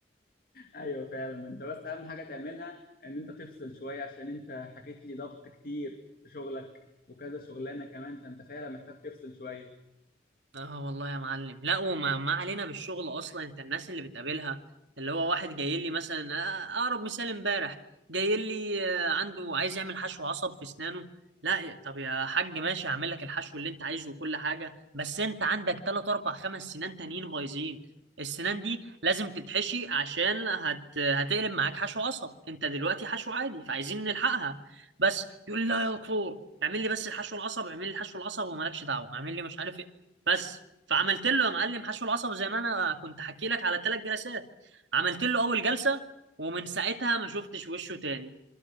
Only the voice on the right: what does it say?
اه والله يا معلم لا وما ما علينا بالشغل اصلا انت الناس اللي بتقابلها اللي هو واحد جاي لي مثلا آه، اقرب مثال امبارح جاي لي آه، عنده عايز يعمل حشو عصب في اسنانه لا يا- طب يا حاج ماشي هعمل لك الحشو اللي انت عايزه وكل حاجه بس انت عندك 3 4 5 سنان تانيين بايظين السنان دي لازم تتحشي عشان هت... هتقلب معاك حشو عصب انت دلوقتي حشو عادي فعايزين نلحقها بس يقول لي لا يا دكتور اعمل لي بس الحشو العصب اعمل لي الحشو العصب ومالكش دعوه اعمل لي مش عارف إيه. بس فعملت له يا معلم حشو العصب زي ما انا كنت حكي لك على ثلاث جلسات عملت له اول جلسه ومن ساعتها ما شفتش وشه تاني